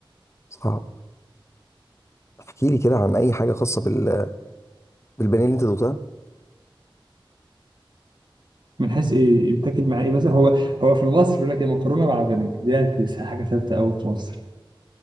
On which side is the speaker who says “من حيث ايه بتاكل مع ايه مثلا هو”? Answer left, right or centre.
Right